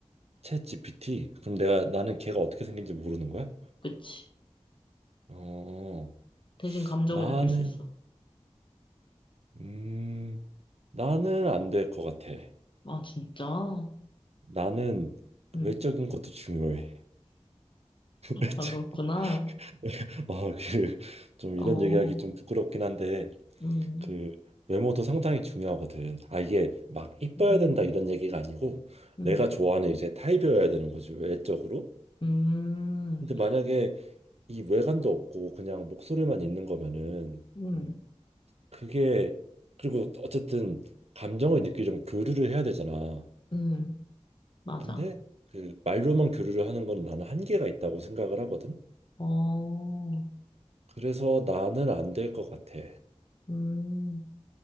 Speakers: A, on the right; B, on the left.
A: 챗 GPT 그럼 내가 나는 걔가 어떻게 생긴지 모르는 거야?
B: 그치?
A: 어
B: 대신 감정을
A: 나는
B: 느낄 수 있어.
A: 음 나는 안 될 것 같아
B: 아, 진짜?
A: 나는
B: 응.
A: 외적인 것도 중요해 <laughs> 외적
B: 아, 그렇구나.
A: <laughs> 어그좀
B: 어,
A: 이런 얘기하기 좀 부끄럽긴 한데
B: 음.
A: 그 외모도 상당히 중요하거든 아 이게 막 이뻐야
B: 음.
A: 된다 이런 얘기가 아니고
B: 음,
A: 내가 좋아하는 이제 타입이어야 되는 거지 외적으로
B: 음,
A: 근데 만약에 이 외관도 없고 그냥 목소리만 있는 거면은
B: 음,
A: 그게 그리고 어쨌든 감정을 느끼려면 교류를 해야 되잖아.
B: 음, 맞아.
A: 근데 그 말로만 교류를 하는 건 나는 한계가 있다고 생각을 하거든.
B: 어,
A: 그래서 나는 안 될 것 같아.
B: 음,